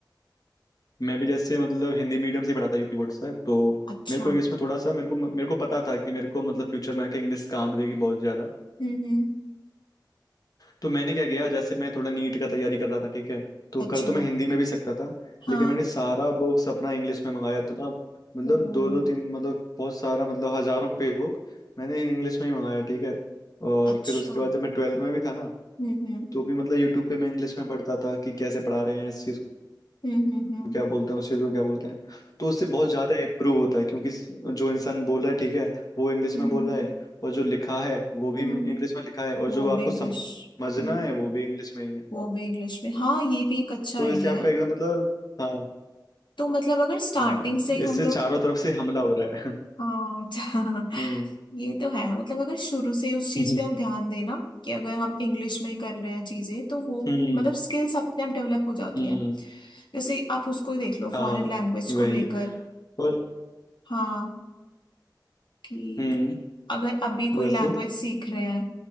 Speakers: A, on the left; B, on the left.
A: मैं भी जैसे मतलब हिंदी मीडियम से ही पढ़ा था यूपी बोर्ड से तो
B: अच्छा
A: मेरे को इंग्लिश में थोड़ा सा मेरे को मेरे को पता था कि मेरे को मतलब फ्यूचर में आके इंग्लिश काम देगी बहुत ज्यादा
B: हम्म हम्म
A: तो मैंने क्या किया जैसे मैं थोड़ा नीट का तैयारी कर रहा था ठीक है तो
B: अच्छा
A: कर तो मैं हिंदी में भी सकता था
B: हाँ
A: लेकिन मैंने सारा बुक्स अपना इंग्लिश में मंगाया था ना मतलब
B: ओ
A: दो दो तीन मतलब बहुत सारा मतलब हजारों पेज बुक मैंने इंग्लिश में ही मंगाया ठीक है और
B: अच्छा
A: फिर उसके
B: हम्म
A: बाद जब मैं ट्वेल्थ में भी था ना
B: हम्म
A: तो भी मतलब यूट्यूब पे मैं इंग्लिश में पढ़ता था कि कैसे पढ़ा रहे हैं इस चीज
B: हम्म हम्म हम्म
A: क्या बोलते हैं उस चीज को क्या बोलते हैं तो उससे बहुत ज्यादा इम्प्रूव होता है क्योंकि स- जो इंसान बोल रहा है ठीक है वो इंग्लिश
B: हम्म।
A: में बोल रहा है और जो लिखा है वो भी
B: हम्म
A: इंग्लिश में लिखा है और जो
B: वो
A: आपको
B: भी इंग्लिश
A: सम- समझना
B: हम्म
A: है वो भी इंग्लिश में ही है
B: वो भी इंग्लिश में हाँ ये भी एक अच्छा
A: तो
B: आइडिया
A: इससे आपका
B: है
A: एकदम मतलब हाँ
B: तो मतलब अगर स्टार्टिंग
A: हाँ
B: से ही हम
A: इससे
B: लोग
A: चारों तरफ से हमला हो रहा है <laughs>
B: हाँ <laughs> अच्छा
A: हम्म
B: ये तो है मतलब अगर शुरू से ही उस
A: <laughs>
B: चीज पे हम ध्यान देना कि अगर हम इंग्लिश में ही कर रहे हैं चीजें तो वो
A: हम्म
B: मतलब स्किल्स अपने आप डेवलप हो जाती
A: हम्म
B: है जैसे आप उसको ही देख लो
A: हाँ
B: फॉरेन लैंग्वेज
A: वही
B: को लेकर
A: और
B: हाँ कि
A: हम्म
B: अगर अभी कोई
A: जैसे
B: लैंग्वेज सीख रहे हैं